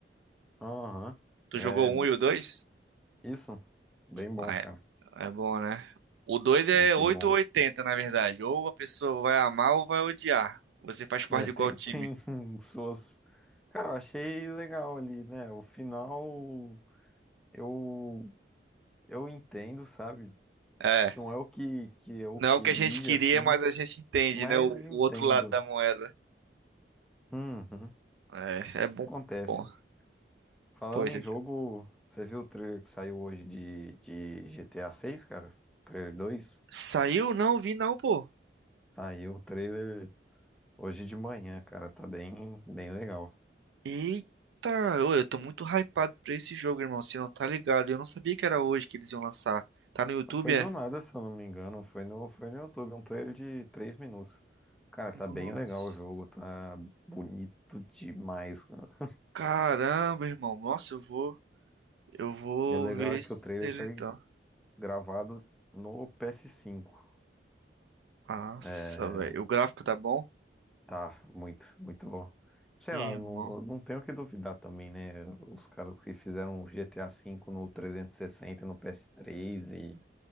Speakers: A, in the centre; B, on the right.
A: Aham,
B: Tu
A: É
B: jogou o 1 e o 2?
A: isso, bem bom,
B: Ah,
A: cara,
B: É, é bom, né? O 2 é
A: muito
B: 8
A: bom.
B: ou 80, na verdade. Ou a pessoa vai amar ou vai odiar. Você faz parte
A: É,
B: de
A: tem,
B: qual time?
A: tem <laughs> suas. Cara, eu achei legal ali, né? O final eu, eu entendo, sabe?
B: É.
A: Não é o que, que eu
B: Não
A: queria,
B: é o que a gente queria,
A: assim,
B: mas a gente entende,
A: mas
B: né? O,
A: entendo.
B: o outro lado da moeda.
A: Uhum,
B: É, é bom.
A: acontece.
B: Bom,
A: Falando
B: pô, esse...
A: em jogo, você viu o trailer que saiu hoje de, de GTA 6, cara? Trailer 2
B: Saiu? Não, vi não, pô.
A: Saiu o trailer hoje de manhã, cara. Tá bem, bem legal.
B: Eita, eu, eu tô muito hypado pra esse jogo, irmão. Você não tá ligado? Eu não sabia que era hoje que eles iam lançar. Tá no YouTube,
A: Foi
B: é?
A: do nada, se eu não me engano. Foi no, foi no YouTube, um trailer de 3 minutos. Cara, tá
B: Nossa.
A: bem legal o jogo, tá bonito demais, cara.
B: Caramba, irmão. Nossa, eu vou. Eu vou
A: E o legal
B: ver
A: é
B: esse
A: que o trailer
B: trailer,
A: foi
B: então.
A: gravado no ps cinco.
B: Nossa,
A: É,
B: velho. O gráfico tá bom?
A: tá muito, muito bom. Sei
B: Irmão.
A: lá, não, não tenho o que duvidar também, né? Os caras que fizeram o GTA V no trezentos e sessenta, e no ps três e